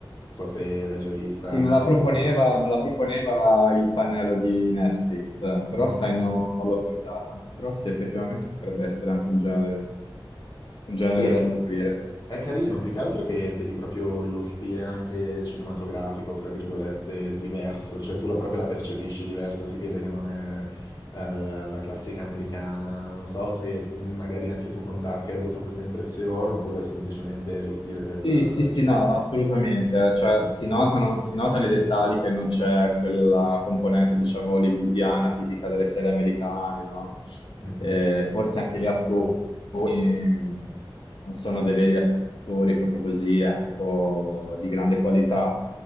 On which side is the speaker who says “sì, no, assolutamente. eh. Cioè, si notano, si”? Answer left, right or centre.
Left